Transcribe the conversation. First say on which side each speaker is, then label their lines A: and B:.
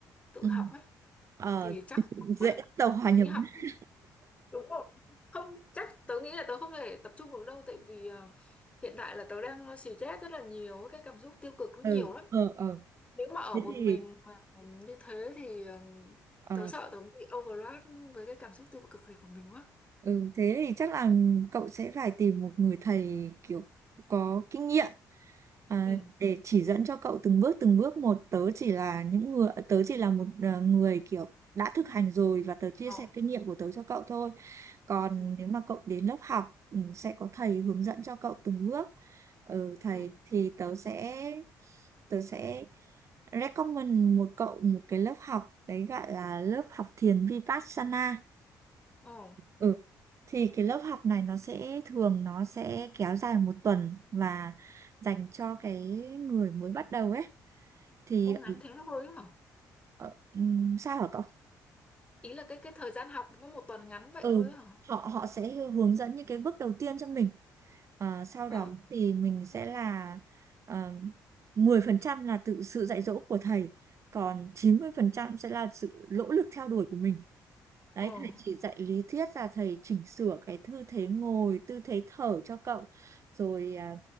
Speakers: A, on the left; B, on the right.
A: tự
B: Ừ.
A: học ấy
B: ờ
A: thì
B: <laughs>
A: chắc không
B: dễ
A: quá
B: tàu hòa
A: nghĩ
B: nhập
A: học
B: á.
A: đúng rồi không chắc tớ nghĩ là tớ không thể tập trung được đâu tại vì ờ, hiện tại là tớ đang stress rất là nhiều ấy, cái cảm xúc tiêu cực nó
B: ừ
A: nhiều lắm
B: ờ ờ
A: nếu mà ở
B: thế
A: một
B: thì
A: mình mà ừm, như thế thì ờ,
B: ờ,
A: tớ sợ tớ bị overload với cái cảm xúc tiêu cực này của mình quá
B: Ừ, thế thì chắc là cậu sẽ phải tìm một người thầy kiểu có kinh nghiệm à,
A: ừ
B: để chỉ dẫn cho cậu từng bước từng bước một. Tớ chỉ là những người tớ chỉ là một à, người kiểu đã thực hành rồi và tớ chia
A: ờ
B: sẻ kinh nghiệm của tớ cho cậu thôi. Còn
A: ừ
B: nếu mà cậu đến lớp học ừ, sẽ có thầy hướng dẫn cho cậu từng bước. Ừ, thầy
A: ừ
B: thì tớ sẽ tớ sẽ recommend một cậu một cái lớp học đấy gọi là lớp học thiền Vipassana
A: ờ
B: Ừ. Thì cái lớp học này nó sẽ thường nó sẽ kéo dài một tuần và dành cho cái người mới bắt đầu ấy thì
A: ô
B: ở-
A: ngắn thế thôi ấy hả
B: ở- ừm, sao hả cậu?
A: ý là cái cái thời gian học có một tuần ngắn vậy
B: Ừ,
A: thôi ấy hả
B: họ họ sẽ hướng dẫn những cái bước đầu tiên cho mình. Ờ, sau
A: ờ
B: đó thì mình sẽ là ờ, 10% là tự sự dạy dỗ của thầy, còn 90% sẽ là sự nỗ lực theo đuổi của mình.
A: ờ
B: Đấy, thầy chỉ dạy lý thuyết là thầy chỉnh sửa cái tư thế ngồi, tư thế thở cho cậu. Rồi à,